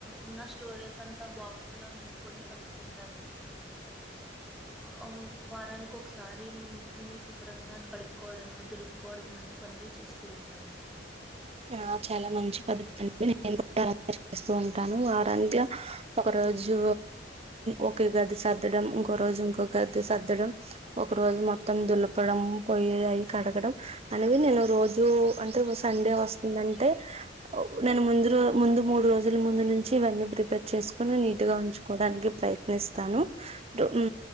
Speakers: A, in the centre; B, on the right.
A: ఉన్న స్టోరేజ్ అంతా బాక్సుల్లో నింపుకొని సర్దుకుంటాను ఆ వారానికి ఒకసారి మీ మీ శుభ్రంగా కడుక్కోవడము దులుపు పెట్టుకోవడం వంటి పనులు చేస్తూ ఉంటాము
B: ఆ చాలా మంచి పద్ధతి అండి నేను చేస్తూ ఉంటాను వారంత్య ఒక రోజు ఒకే గది సద్దడం ఇంకో రోజు ఇంకొక గది సర్దడం ఒక రోజు మొత్తం దులపడం పోయిలయి కడగడం అనేవి నేను రోజు అంటే సండే వస్తే అంటే నేను ముందు ముందు మూడు రోజుల ముందు నుంచి ఇవన్నీ ప్రిపేర్ చేసుకొని నీ ఉంచుకోవడానికి ప్రయత్నిస్తాను. ఉ